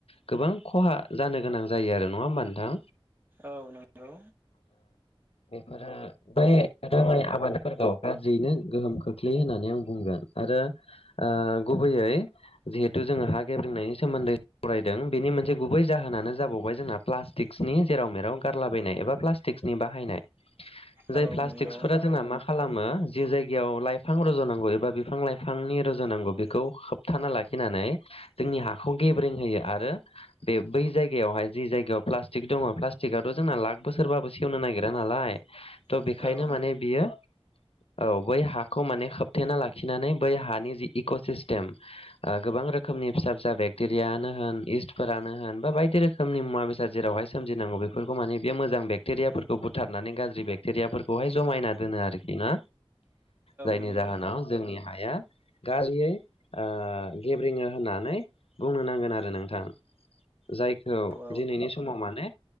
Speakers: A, on the left; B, on the right.
A: गोबां खहा जानो गोनां जायो आरो नङा होमबा नोंथां
B: औ नंगौ
A: बेफोरो बे रोङै आबादफोरखौ गाज्रियैनो गोहोम खोख्लैयो होननानै आं बुंगोन आरो ओ गुबैयै जिहेथु जोङो हा गेब्रेंनायनि सोमोन्दै फरायदों बेनि मोनसे गु बै जाहोनानो जाबावबाय जोंना प्लास्टिक्सनि जेराव मेराव गारलाबायनाय एबा प्लास्टिक्सनि बाहायनाय जाय
B: औ
A: प्लास्टिक्सफोरा
B: नंगौ औ नंगौ
A: जोंना मा खालामो जि जायगायाव लाइफां रज'नांगौ एबा बिफां लाइफां रजुनांगौ बेखौ होबथाना लाखिनानै जोंनि हाखौ गेब्रें होयो आरो बे बै जायगायावहाय जि जायगायाव प्लास्टिक दङ प्लास्टिकआथ' जोंना लाख बोसोरबाबो सेवनो नागिरा नालाय थ'
B: औ
A: बेखायनो माने बियो औ बै हाखौ माने होबथेना लाखिनानै बै हानि जि इक' सिस्टेम ओ गोबां रोखोमनि फिसा फिसा बेक्टेरियानो होन इस फोरानो होन बा बायदि रोखोमनि मुवा बेसाद जेरावहाय सोमजिनांगौ बेफोरखौ माने बे मोजां बेक्टेरियाफोरखौ बुथारना नानै गाज्रि बेक्टेरियाफोरखौहाय जमायना दोनो आरोखि ना जायनि
B: नंगौ
A: जाहोनाव जोंनि हाया गाज्रियै ओ गेब्रेङो होना होननानै बुंनो नांगोन आरो नोंथां जायखौ
B: औ
A: दिनैनि समाव माने